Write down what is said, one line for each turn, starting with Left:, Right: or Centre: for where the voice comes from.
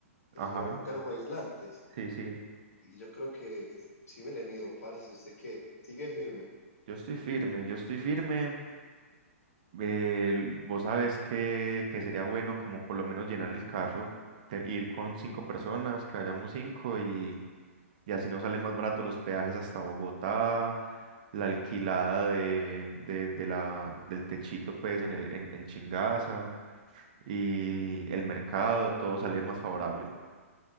Left: que
Right: Ajá,
Left: son termoaislantes.
Right: sí, sí.
Left: Y yo creo que es- sí me le mido, parce. ¿Usted qué? Sigue firme.
Right: Yo estoy firme, yo estoy firme. Eh, l- vos sabes que, que sería bueno como por lo menos llenar el carro, te- ir con cinco personas, que vayamos cinco y, y así nos sale más barato los peajes hasta Bogotá, la alquilada de, de- de la, del techito pues en, el, en, en Chingaza y el mercado, todo sale más favorable.